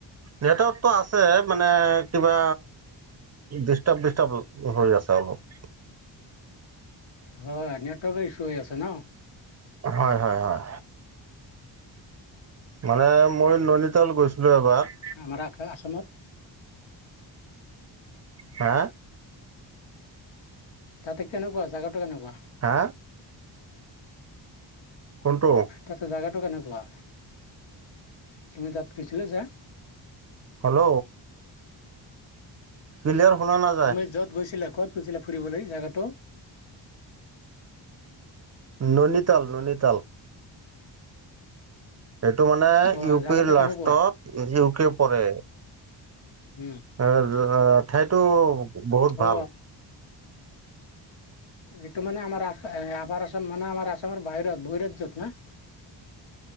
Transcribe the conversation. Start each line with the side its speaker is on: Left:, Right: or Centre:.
Right: নেটৱৰ্কটো আছে মানে কিবা ডিষ্টাৰ্ব ডিষ্টাৰ্ব হৈ আছে অলপ।
Left: হয় নেটৱৰ্কৰ ইছ্যু হৈ আছে ন'।
Right: হয় হয় হয়। মানে মই ননীতাল গৈছিলো এবাৰ।
Left: আমাৰাক আ-আছামত।
Right: হা?
Left: তাতে কেনেকুৱা জেগাটো কেনেকুৱা?
Right: হা? কোনটো?
Left: তাতে জেগাটো কেনেকুৱা? তুমি তাত গৈছিলে যে?
Right: হেল্ল'। কিলিয়াৰ শুনা না
Left: তুমি য'ত গৈছিলা কত গৈছিলা ফুৰিবলৈ জাগাটো?
Right: ননীতাল, ননীতাল। সেইটো মানে
Left: হয়
Right: ইউ
Left: জেগাটো
Right: পি লাষ্টত
Left: কেনেকুৱা
Right: ইউ কে পৰে।
Left: উম
Right: এ <unintelligible> ঠাইতো বহুত
Left: অ
Right: ভাল।
Left: এইটো মানে আমাৰ আস এ আপাৰ আছাম মানে আমাৰ আছামৰ বাহিৰত বহিৰাজ্যত না?